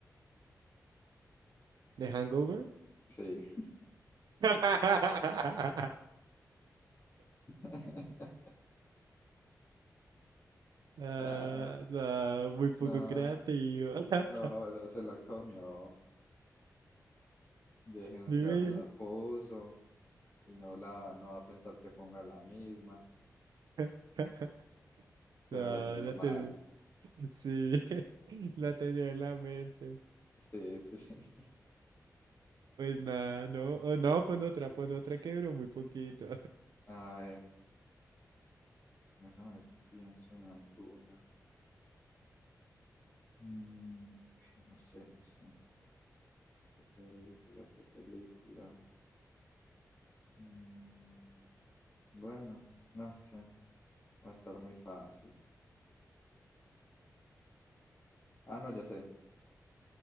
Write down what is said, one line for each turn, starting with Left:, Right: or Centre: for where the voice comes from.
Right: de Hangover?
Left: Sí.
Right: <laughs>
Left: <laughs>
Right: Ah,
Left: Ah,
Right: no, muy
Left: no,
Right: poco creativo. <laughs>
Left: no, no se la comió. Yo dije, no,
Right: Dime.
Left: ya me la puso y no la, no va a pensar que ponga la misma,
Right: <laughs>
Left: pero
Right: No,
Left: me salió
Right: la
Left: mal.
Right: tenía. Sí, <laughs> la tenía en la mente.
Left: Sí, sí, sí. <laughs>
Right: Pues nada, no. Oh, no, pon otra, pon otra que duró muy poquito.
Left: A ver, déjame, pienso en alguna. Mm, ay, no sé, no sé. ¿Qué película, qué película? Mm, bueno, no, es que va a estar muy fácil. Ah, no, ya sé.